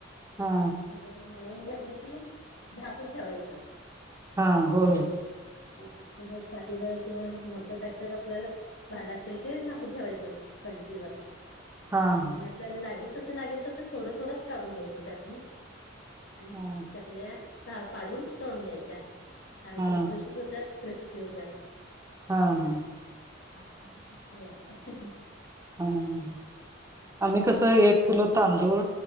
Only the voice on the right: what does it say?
हा
हा हो.
हा हा.
हा
हा
हा हा.
ह आम्ही कस एक किलो तांदूळ